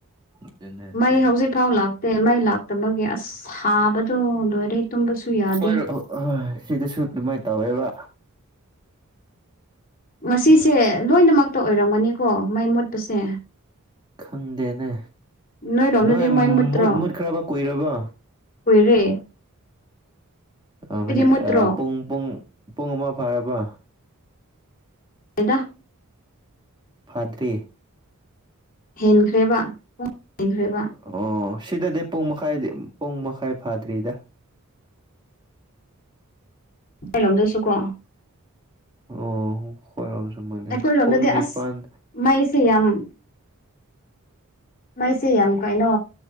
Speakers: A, on the right; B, on the left.
A: ꯑꯗꯨꯅꯦ ꯑꯗꯨꯅꯦ
B: ꯃꯩ ꯍꯧꯖꯤꯛ ꯐꯥꯎ ꯂꯥꯛꯇꯦ ꯃꯩ ꯂꯥꯛꯇꯕꯒꯤ ꯑꯁ ꯁꯥꯕꯗꯣ ꯂꯣꯏꯔꯦ ꯇꯨꯝꯕꯁꯨ ꯌꯥꯗꯦ
A: ꯍꯣꯏ ꯑꯥ ꯍꯣꯢ ꯁꯤꯗꯁꯨ ꯗꯨꯃꯥꯏ ꯇꯧꯋꯦꯕ
B: ꯉꯁꯤꯁꯦ ꯂꯣꯏꯅꯃꯛꯇ ꯑꯣꯏꯔꯝꯃꯅꯤꯀꯣ ꯃꯩ ꯃꯨꯠꯄꯁꯦ
A: ꯈꯪꯗꯦꯅꯦ
B: ꯅꯣꯏꯔꯣꯝꯗꯗꯤ
A: ꯅꯣꯏ
B: ꯃꯩ ꯃꯨꯠꯇ꯭ꯔꯣ
A: ꯃꯨꯠ ꯃꯨꯠ ꯈ꯭ꯔꯕ ꯀꯨꯏꯔꯕ
B: ꯀꯨꯏꯔꯦ
A: ꯑꯕꯅꯦ
B: ꯅꯣꯏꯗꯤ ꯃꯨꯠꯇ꯭ꯔꯣ
A: ꯑꯥ ꯄꯨꯡ -ꯄꯨꯡ ꯄꯨꯡ ꯑꯃ ꯐꯥꯔꯕ
B: ꯇꯦꯗꯥ
A: ꯐꯠꯇ꯭ꯔꯤ
B: ꯍꯦꯟꯈ꯭ꯔꯦꯕ <inaudible> ꯍꯦꯟꯈ꯭ꯔꯦꯕ
A: ꯑꯣ ꯁꯤꯗꯗꯤ ꯄꯨꯡ ꯃꯈꯥꯏꯗꯤ ꯄꯨꯡ ꯃꯈꯥꯏ ꯐꯥꯗ꯭ꯔꯤꯗ
B: ꯅꯣꯢꯂꯣꯝꯗꯁꯨ ꯀꯣ
A: ꯑꯣ ꯈꯣꯏ ꯔꯣꯝꯁꯨꯨꯝꯕꯜꯂꯦ
B: ꯑꯩꯈꯣꯏꯔꯣꯝꯗꯗꯤ
A: ꯄꯨꯡ ꯅꯤꯄꯜ
B: ꯑꯁ ꯃꯩꯁꯦ ꯌꯥꯝ ꯃꯩꯁꯦ ꯌꯥꯝ ꯀꯩꯅꯣ